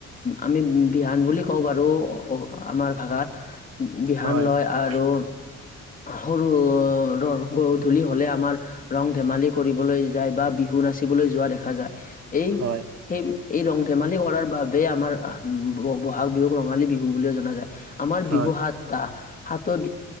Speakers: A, on the left (about 25°); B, on the right (about 55°).
A: আমি বিহান বুলি কওঁ বাৰু আমাৰ ভাষাত বিহান
B: হয়
A: লয় আৰু
B: <inaudible>
A: সৰু ৰ গধূলি হলে আমাৰ ৰং ধেমালি কৰিবলৈ যায় বা বিহু নাচ নাচিবলৈ যোৱা দেখা যায় এই
B: হয়
A: সেই এই ৰং ধেমালি কৰাৰ বাবে আমাৰ বহাগ বিহুক ৰঙালী বিহু বুলিও জনা যায় আমাৰ
B: হয়
A: বিহু সাতটা সাতত